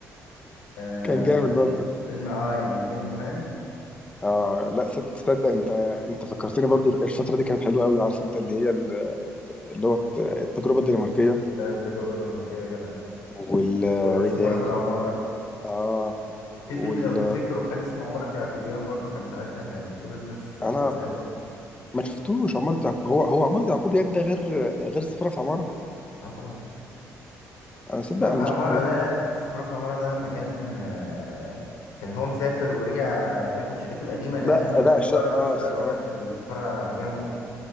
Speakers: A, on the left (about 85°); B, on the left (about 20°).
A: آه
B: كان جامد برضه
A: فيلم اه يعني فيلم فاهم
B: اه لا صد- تصدق انت انت فكرتني برضه الفتره دي كانت حلوه قوي عارف انت اللي هي ال- اللي هو الت- التجربه الدنماركيه
A: ده التجربة الدنماركية يا جدع
B: وال
A: والسفارة
B: وايه تاني
A: في العمارة
B: اه
A: في
B: وال
A: فيلم لو تفتكروا كان اسمه عمارة يعقوبيان برضو كان ساعتها كانت بطولة ناس تقال
B: انا
A: قوي
B: ما شفتوش عمارة يعقوب هو هو عمارة يعقوب يعني ده غير غير سفارة في عمارة
A: اه طبعا
B: انا صدق
A: السفارة في
B: انا
A: العمارة
B: مش انا
A: ده السفارة في العمارة ده لما كان آه كان هو مسافر ورجع ياخد شقته القديمة لقى
B: لا
A: إن
B: لا
A: السفارة
B: الشقة
A: الإسرائيلية
B: اه س- اه
A: في السفارة جنبه